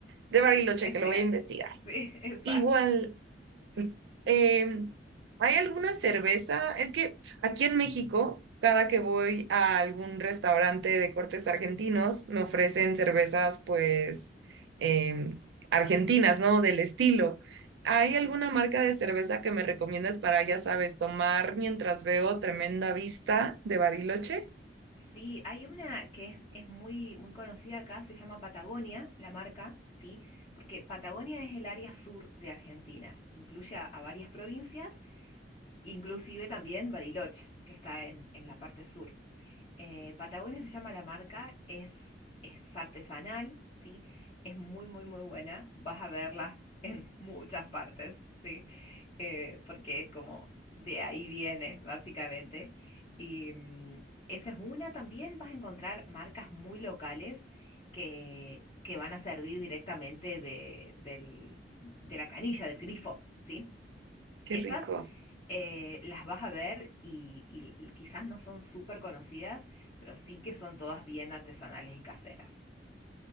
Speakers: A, on the right; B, on the left.
A: de Bariloche,
B: sí, que
A: que
B: sea,
A: lo voy a investigar.
B: <laughs> sí, exacto.
A: Igual
B: sí.
A: em, ¿hay alguna cerveza? Es que aquí en México, cada que voy a algún restaurante de cortes argentinos, me ofrecen cervezas, pues, em, argentinas, ¿no? Del estilo. ¿Hay alguna marca de cerveza que me recomiendas para, ya sabes, tomar mientras veo tremenda vista de Bariloche?
B: Sí, hay una que es, es muy, muy conocida acá, se llama Patagonia, la marca, ¿sí? Porque Patagonia es el área sur de Argentina, incluye a, a varias provincias, inclusive también Bariloche, que está en, en la parte sur. Eh, Patagonia se llama la marca, es, es artesanal, ¿sí? Es muy, muy, muy buena. Vas a verla <laughs> en muchas partes, ¿sí? Eh, porque es como de ahí viene, básicamente. Y mm, esa es una. También vas a encontrar marcas muy locales que, que van a servir directamente de, del- de la canilla, del grifo, ¿sí?
A: Qué
B: Esas
A: rico.
B: eh, las vas a ver y, y quizás no son súper conocidas, pero sí que son todas bien artesanales y caseras.